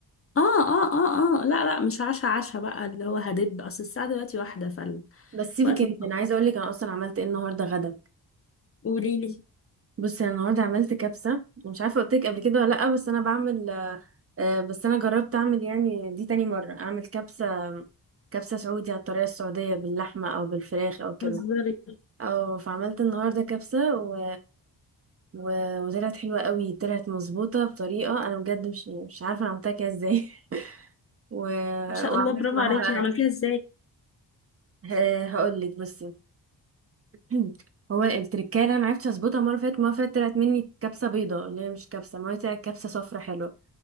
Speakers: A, on the left; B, on the right.
A: اه اه اه اه لا لا مش عشا عشا بقى اللي هو هدب اصل الساعة دلوقتي واحدة فالوقت
B: بس سيبك انت
A: ما
B: انا عايزه اقول لك انا اصلا عملت ايه النهارده غدا
A: قولي لي
B: بصي انا النهارده عملت كبسه مش عارفه قلت لك قبل كده ولا لا بس انا بعمل آه، آه، بس انا جربت اعمل يعني دي تاني مره اعمل كبسه كبسه سعودي على الطريقه السعوديه باللحمه او بالفراخ او كده
A: بتهزري
B: او فعملت النهارده كبسه و... و... وطلعت حلوه قوي طلعت مظبوطه بطريقه انا بجد مش مش عارفه انا عملتها كده ازاي <laughs> و...
A: ما شاء
B: وعملت
A: الله برافو
B: معاها
A: عليكي عملتيها
B: بقى
A: ازاي
B: آه، هقول لك بصي <clears throat> هو التركايه اللي انا معرفتش اظبطها مره فاتت مره فاتت طلعت مني كبسه بيضه اللي هي مش كبسه ما هي طلعت كبسه صفرا حلوه